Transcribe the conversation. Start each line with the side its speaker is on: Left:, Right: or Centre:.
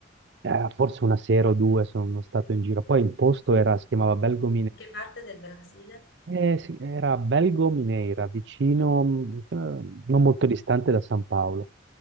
Right: eh, forse una sera o due sono stato in giro. Poi il posto era, si chiamava Belgo
Left: In che parte del Brasile?
Right: Eh, sì, era Belgo Mineira, vicino, mh, eh, non molto distante da San Paolo,